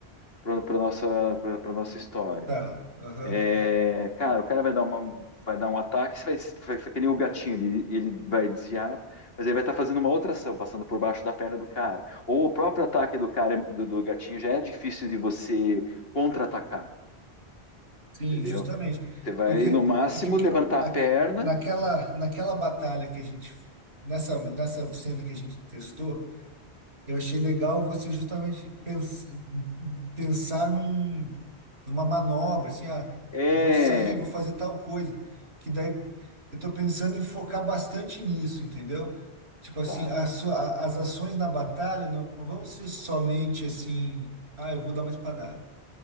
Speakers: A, on the left (about 65°); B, on the right (about 70°).
A: pro, pra nossa, pra, pra nossa história.
B: tá. Aham.
A: É, cara, o cara vai dar uma, vai dar um ataque, você vai, vai, vai que nem o gatinho, ele, ele vai desviar, mas ele vai estar fazendo uma outra ação, passando por baixo da perna do cara. Ou o próprio ataque do cara, do, do gatinho, já é difícil de você contra-atacar,
B: Sim,
A: entendeu?
B: justamente.
A: Você vai,
B: Porque eh,
A: no máximo,
B: o que que
A: levantar
B: eu,
A: a
B: a-
A: perna.
B: naquela, naquela batalha que a gente, nessa, nessa cena que a gente testou, eu achei legal você justamente pens, pensar num, numa manobra, assim, ah,
A: É,
B: eu vou sair, vou fazer tal coisa, que daí eu tô pensando em focar bastante nisso, entendeu? Tipo assim,
A: tá.
B: a sua- a- as ações na batalha não vão ser somente assim, ah, eu vou dar uma espadada.